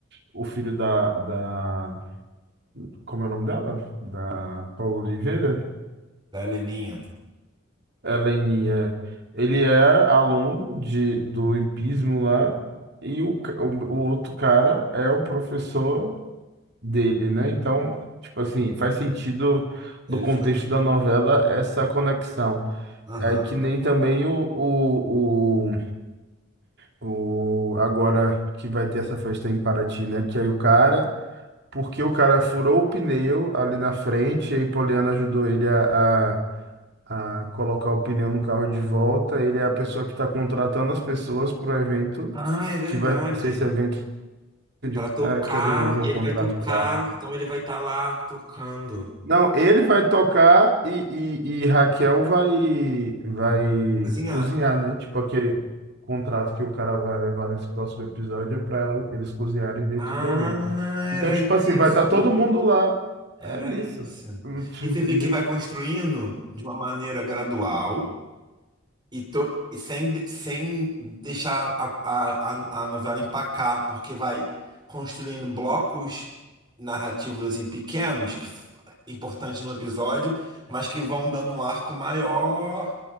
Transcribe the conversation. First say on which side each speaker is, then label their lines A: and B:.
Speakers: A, on the right; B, on the right.
A: o filho da, da. Como é o nome dela? Da Paula Oliveira?
B: Da Heleninha.
A: É Leninha. Ele é aluno de, do hipismo lá, e o, ca- o, o outro cara é o professor dele, né? Então, tipo assim, faz sentido
B: Ele...
A: no contexto da novela essa conexão.
B: Aham.
A: É que nem também o, o, o, o agora que vai ter essa festa em Paraty, né? Que aí o cara. porque o cara furou o pneu ali na frente, e aí Poliana ajudou ele a, a, a colocar o pneu no carro de volta. Ele é a pessoa que está contratando as pessoas para o evento,
B: Ah, é verdade.
A: que vai ser esse evento de,
B: Pra tocar,
A: eh, que ele levou
B: e
A: o
B: ele
A: contrato
B: vai tocar,
A: para
B: então ele vai estar lá tocando.
A: Não, ele vai tocar e, e, e Raquel vai, vai
B: Cozinhar.
A: cozinhar, né? Tipo aquele contrato que o cara vai levar nesse próximo episódio é para ela, eles cozinharem dentro
B: Ah,
A: do evento.
B: era
A: Então, tipo
B: isso.
A: assim, vai estar todo mundo lá.
B: Era
A: É isso.
B: isso.
A: Não tinha
B: E você
A: entendido.
B: vê que vai
A: <laughs>
B: construindo de uma maneira gradual. E, to- e sem, de- sem deixar a, a, a, a novela empacar, porque vai construindo blocos narrativos assim pequenos, que, f- importantes no episódio, mas que vão dando um arco maior,